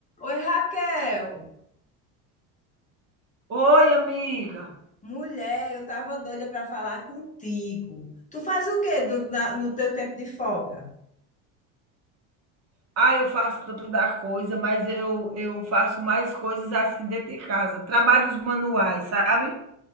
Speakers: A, on the left; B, on the right.
A: Oi, Raquel.
B: Oi, amiga.
A: Mulher, eu tava doida para falar contigo. Tu faz o quê do- na- no teu tempo de folga?
B: Ah, eu faço tanto da coisa, mas eu, eu faço mais coisas assim dentro de casa. Trabalhos manuais, sabe?